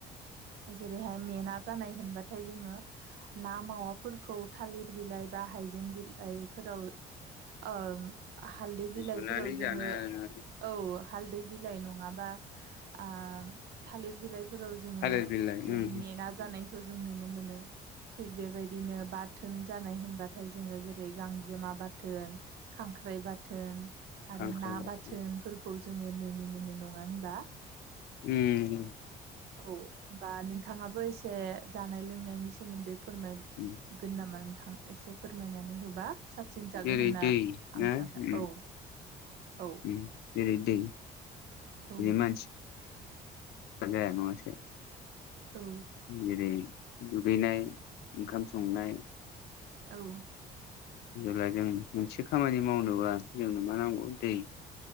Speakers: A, on the right; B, on the left.
A: जेरैहाय मेना जानाय होनबाथाय जोङो ना मावाफोरखौ थालिर बिलाइ बा हायजें बिलाइफोराव ओ हालदै बिलाइफोराव
B: रुनानै
A: जोङो
B: जानो आरोना
A: औ हालदै बिलाइ नङाबा आ थालिर बिलाइ फोराव जोङो
B: थालिर बिलाइ
A: जेरै
B: उम
A: मेना जानायखौ जों नुनो मोनो‌ थिग बेबायदिनो बाथोन जानाय होनबाथाय जोङो जेरै गांजेमा बाथोन खांख्राइ बाथ थोन
B: खांख्राइ
A: आरो ना
B: बाथोन
A: बाथोनफोरखौ जोङो नोनो मोनो। नङा होनबा?
B: उम
A: बा औ बा नोंथाङाबो ए से जानाय लोंनायनि सोमोन्दै फोरमाय
B: उम
A: गोन नामा नोंथां? एसे फोरमायनानै होबा साबसिन जागोन
B: जेरै
A: होनना
B: दै
A: आं
B: ना
A: सानो
B: उम
A: औ। औ
B: उम जेरै दै
A: औ
B: मा <unintelligible>
A: औ
B: जेरै दुगैनाय ओंखाम संनाय
A: औ
B: जेब्ला जों मोनसे खामानि मावनोबा जोंनो मा नांगौ दै।